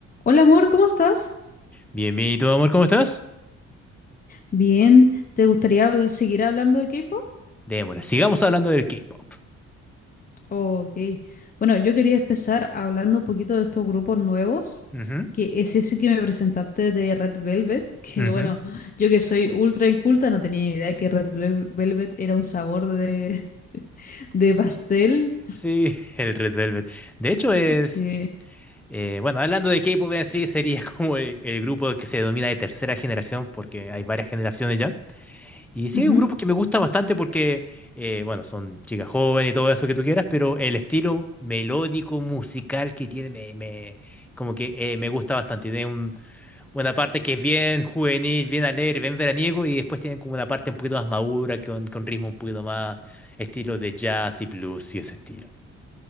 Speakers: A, on the left (about 30°); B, in the centre.
A: Hola amor, ¿cómo estás?
B: Bien, bien, ¿y tú, amor, cómo estás?
A: Bien, ¿te gustaría habl- seguir hablando de K-pop?
B: Démosle, sigamos hablando del K-pop.
A: Oh, ok. Bueno, yo quería empezar hablando un poquito de estos grupos nuevos,
B: Ujú,
A: que es ese que me presentaste de Red Velvet, <laughs> que
B: ujú.
A: bueno, yo que soy ultra inculta no tenía idea que Red Vel- Velvet era un sabor de, <laughs> de pastel.
B: Sí, <laughs> el Red Velvet. De hecho, es.
A: Sí.
B: eh, bueno, hablando de K-pop en sí, sería <laughs> como el, el grupo que se denomina de tercera generación, porque hay varias generaciones ya. Y sí,
A: Ujú.
B: es un grupo que me gusta bastante porque, eh, bueno, son chicas jóvenes y todo eso que tú quieras, pero el estilo melódico musical que tiene me, me- como que eh, me gusta bastante. tiene un una parte que es bien juvenil, bien alegre, bien veraniego, y después tienen como una parte un poquito más madura, con, con ritmo un poquito más estilo de jazz y blues y ese estilo.